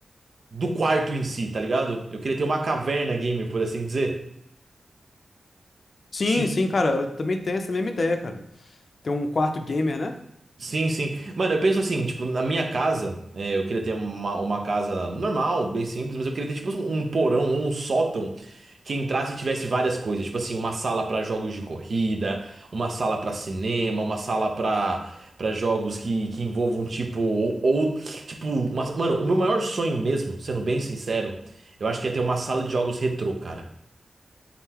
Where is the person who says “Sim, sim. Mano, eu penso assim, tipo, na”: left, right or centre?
Right